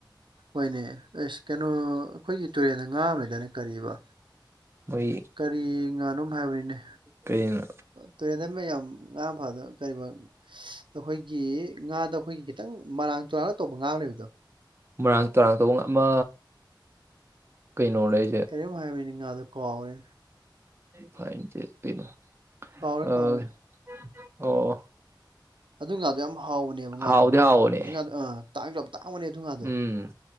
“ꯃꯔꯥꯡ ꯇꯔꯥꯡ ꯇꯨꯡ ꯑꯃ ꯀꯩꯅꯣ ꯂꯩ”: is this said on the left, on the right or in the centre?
Right